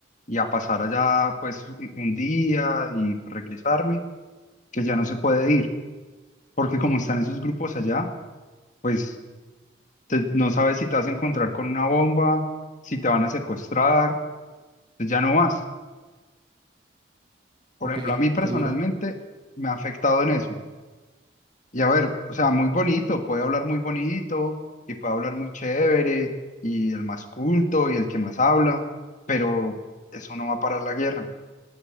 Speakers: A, on the left (about 40°); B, on the right (about 25°).
A: y a pasar allá pues un un día y regresarme, que ya no se puede ir, porque como están esos grupos allá, pues te- no sabes si te vas a encontrar con una bomba, si te van a secuestrar, pues ya no vas. Por
B: Ok,
A: ejemplo, a mí personalmente
B: qué duro.
A: me ha afectado en eso. Y a ver, o sea, muy bonito, puede hablar muy bonito y puede hablar muy chévere y el más culto y el que más habla, pero eso no va a parar la guerra.